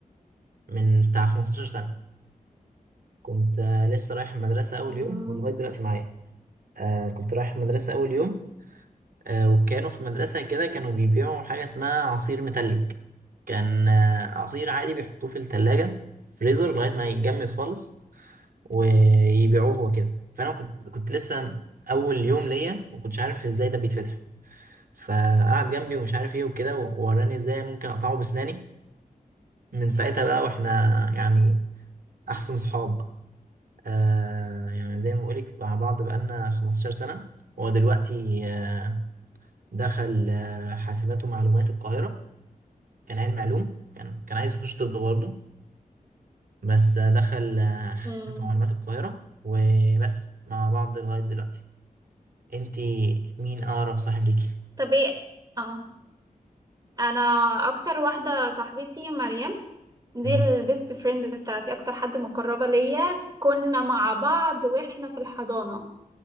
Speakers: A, on the right (about 70°); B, on the right (about 25°).
A: من بتاع 15 سنه كنت آه، لسه رايح المدرسه اول
B: مم.
A: يوم ولغايه دلوقتي معايا آه، كنت رايح المدرسه اول يوم آه، وكانوا في المدرسه كده كانوا بيبيعوا حاجه اسمها عصير متلج كان آه، عصير عادي بيحطوه في التلاجة فريزر لغاية ما يتجمد خالص ويبيعوه وكده فانا كنت كنت لسه اول يوم ليا ما كنتش عارف ازاي ده بيتفتح فقعد جنبي ومش عارف ايه وكده ووراني ازاي ممكن اقطعه بسناني من ساعتها بقى واحنا يعني احسن صحاب بقى. آه يعني زي ما بقولك مع بعض بقالنا 15 سنة هو دلوقتي آه دخل آه حاسبات ومعلومات القاهرة كان علم علوم كان كان عايز يخش طب برضه بس آه، دخل آه حاسبات
B: مم.
A: ومعلومات القاهرة وبس مع بعض لغاية دلوقتي انت مين اقرب صاحب ليكي
B: طب ايه؟ اه أنا أكتر واحدة صاحبتي مريم دي
A: مم.
B: البيست فريند بتاعتي أكتر حد مقربة ليا كنا مع بعض واحنا في الحضانة